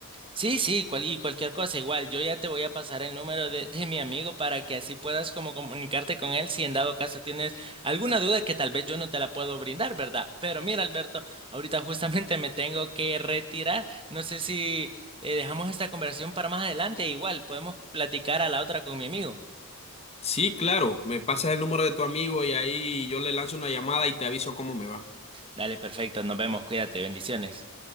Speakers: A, on the right; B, on the left.
A: Sí, sí, cual- y cualquier cosa, igual, yo ya te voy a pasar el número de, de mi amigo para que así puedas como comunicarte con él si en dado caso tienes alguna duda que tal vez yo no te la puedo brindar, ¿verdad? Pero mira, Alberto, ahorita justamente me tengo que retirar. No sé si eh, dejamos esta conversación para más adelante, igual podemos platicar a la otra con mi amigo.
B: Sí, claro, me pasas el número de tu amigo y ahí yo le lanzo una llamada y te aviso cómo me va.
A: Dale, perfecto, nos vemos, cuídate, bendiciones.